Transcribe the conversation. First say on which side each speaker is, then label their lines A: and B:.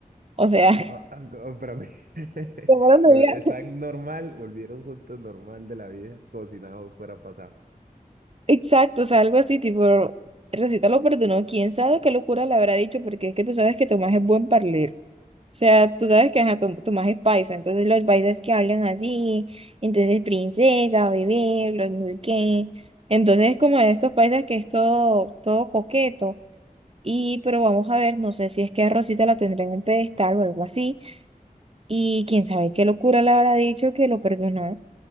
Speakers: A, on the right; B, on the right.
A: O sea, <laughs>
B: Ah, <laughs> ah, no, para mí, <laughs>
A: ¿cómo lo
B: Vol-
A: veía?
B: están normal, volvieron juntos normal de la vida, como si nada fuera pasado.
A: Exacto, o sea, algo así, tipo, Recita lo perdonó, quién sabe qué locura le habrá dicho, porque es que tú sabes que Tomás es buen parler. sea, tú sabes que ajá, tu, tu magia es paisa, entonces los paisas que hablan así, entonces princesa, bebé, los no sé qué. Entonces es como de estos paisas que es todo, todo coqueto. Y pero vamos a ver, no sé si es que a Rosita la tendrá en un pedestal o algo así. Y quién sabe qué locura le habrá dicho que lo perdonó. O